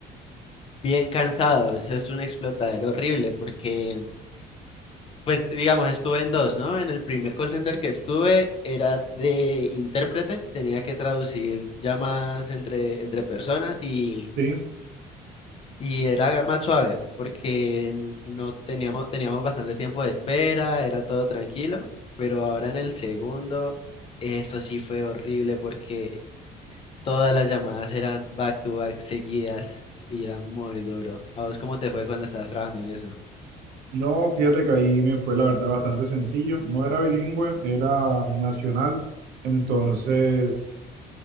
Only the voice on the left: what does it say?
bien cansado, eso es un explotadero horrible, porque, pues, digamos, estuve en dos, ¿no? En el primer call center que estuve era de intérprete, tenía que traducir llamadas entre, entre personas y
Y era más suave, porque no teníamos, teníamos bastante tiempo de espera, era todo tranquilo, pero ahora en el segundo, eso sí fue horrible porque todas las llamadas eran back to back seguidas y era muy duro. ¿A vos cómo te fue cuando estabas trabajando en eso?